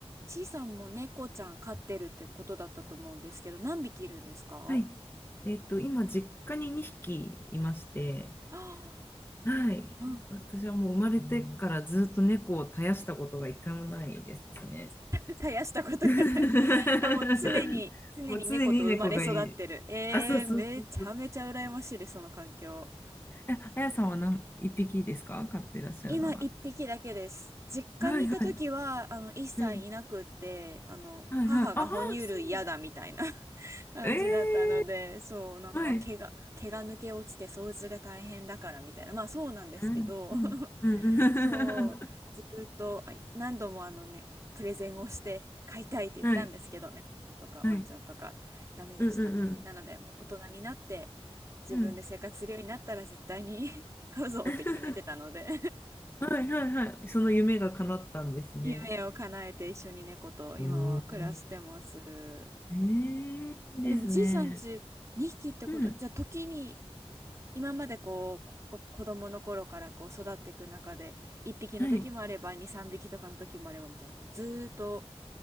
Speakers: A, on the right (about 30°); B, on the left (about 20°).
A: ちいさんも猫ちゃん飼ってるってことだったと思うんですけど、何匹いるんですか
B: はい。えっと、今、実家に2匹いまして、
A: あー
B: はい。
A: <gasps> いいな。うん。
B: 私はもう生まれてからずっと猫を絶やしたことが一回もないですね。
A: <laughs> 絶やしたことがない。
B: <laughs>
A: あ、もう常に、常に猫と生まれ育ってる。
B: もう常に猫がいる。
A: えー、
B: あ、そうそうそうそう。
A: めちゃめちゃ羨ましいです、その環境。
B: え、あやさんは何、一匹ですか飼ってらっしゃるのは。
A: 今一匹だけです。実家にいた時は、
B: はいはい。
A: あの、一切いなくって、
B: うん。
A: あの、
B: はいはい。
A: 母が哺乳類嫌だみたいな
B: ああ、そう。
A: <laughs> 感じだったので、
B: ええ
A: そう、なんか毛が、
B: ーはい。
A: 毛が抜け落ちて掃除が大変だからみたいな。まあそうなんですけど。
B: うん。うん。
A: <laughs>
B: うん。うん
A: そう、ずーっとあ何度もあのね、プレゼンをして飼いたいって言ったんですけどね、
B: <laughs> はい。
A: 猫ちゃんとかワンちゃんとかダメでしたね。
B: はい。うんうんう
A: なので、もう大人になって自分で生活するようになったら絶対に
B: ん。うん。
A: <laughs> 飼うぞって決めてたので
B: <laughs> はいはいはい。その夢が叶ったんですね。
A: <laughs> 夢を叶えて一緒に猫と今は暮らしてます。
B: うーん。えーいいですね。
A: え、でもちいさんち2匹ってこと、
B: うん。
A: じゃあ時に今までこう、お子供の頃からこう育っていく中で1匹の時もあれば2、
B: はい。
A: 3匹とかの時もあればみたいな感じ。ずーっと